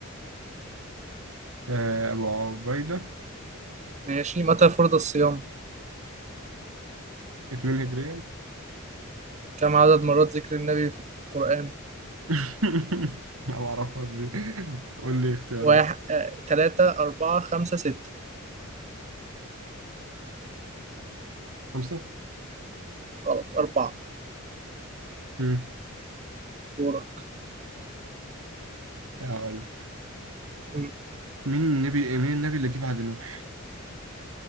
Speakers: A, on the right; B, on the right.
A: آه أبو عبيدة
B: ماشي متى فرض الصيام
A: اتنين هجريا
B: كم عدد مرات ذكر النبي في القرآن؟
A: <laughs> لا ما اعرفهاش دي قول لي اختيارات
B: واحد آه، تلاتة أربعة خمسة ستة
A: خمسة
B: غلط أربعة
A: امم
B: دورة
A: هقول لك.
B: مم.
A: مين النبي مين النبي اللي جه بعد نوح